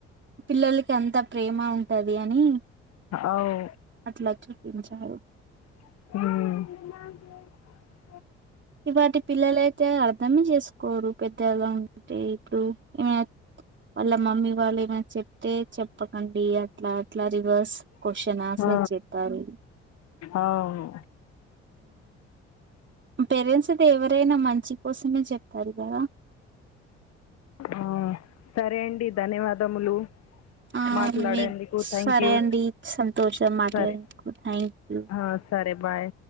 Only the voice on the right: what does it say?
పిల్లలకి అంత ప్రేమ ఉంటది అని
అట్ల చూపించారు
ఇవ్వాటి పిల్లలయితే అర్ధమే చేసుకోరు పెద్దగా ఉంటే ఇప్పుడు అ వాళ్ళ మమ్మీ వాళ్ళు ఏమైనా చెప్ తెద్ చెప్పకండి అట్లా అట్లా రివర్స్ క్వశ్చన్ ఆన్సర్
చెప్పారు
ఉ పేరెంట్స్కు ఎవరైనా మంచి కోసమే చెప్తారు కదా
<inaudible> ఆ
మీ
సరే
అండి సంతోషం మాట్లాడినందుకు
థ్యాంక్ యూ